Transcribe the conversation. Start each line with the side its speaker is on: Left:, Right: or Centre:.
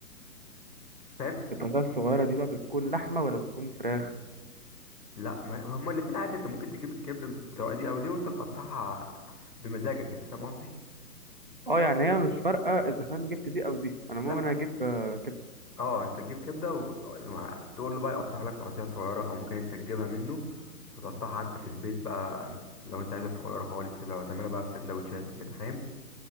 Left: فاهم
Right: الطاسة الصغيرة دي بقى بتكون لحمة ولا بتكون فراخ
Left: لا ما ما هما الاتنين عادي انت ممكن تجيب الكبدة سواء دي او دي وانت بتقطعها بمزاجك انت فاهم قصدي
Right: اه يعني هي مش فارقة اذا كان جبت دي او دي انا المهم
Left: لا
Right: انا اجيب آه، كبدة
Left: اه انت تجيب كبدة وتقول له بقى يقطعها لك تقطيع صغيرة او ممكن انت تجيبها منه وتقطعها انت في البيت بقى لو انت عايزها صغيرة خالص كده وتعملها بقى في سندوتشات وكده فاهم